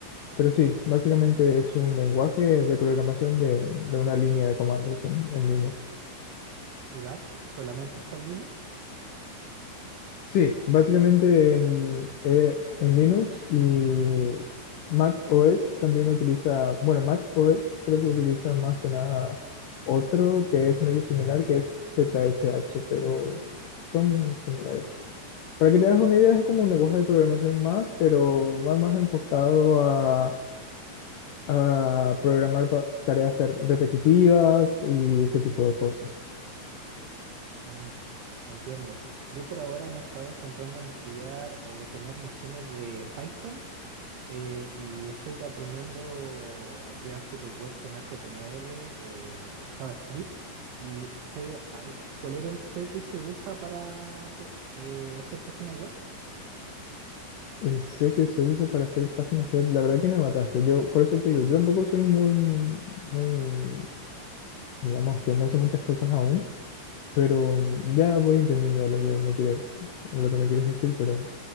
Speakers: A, on the left (about 80°); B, on the right (about 70°).
A: pero sí, básicamente es un lenguaje de programación de, de una línea de comandos en, en Linux.
B: ¿Y Batch solamente está en Linux?
A: Sí, básicamente en, eh, en Linux y Mac OS también utiliza, bueno, Mac OS creo que utiliza más que nada otro que es medio similar, que es ZSH, pero son similares. Para que te hagas una idea, es como un lenguaje de programación más, pero va más enfocado a, a programar pa- tareas ter- repetitivas y ese tipo de cosas.
B: Mm, entiendo. Yo por ahora me he estado centrando en estudiar o tener nociones de Python eh, y estoy aprendiendo a crear sitios web con HTML, eh, JavaScript y C. Ay, ¿cuál era el C que se usa para po- eh, hacer páginas web?
A: Eh, sé que se usa para hacer páginas web. La verdad que me mataste. Yo, por eso te digo, yo tampoco soy muy, muy, digamos que no sé muchas cosas aún, pero mm, ya voy entendiendo lo que me quiere, lo que me quieres decir. Pero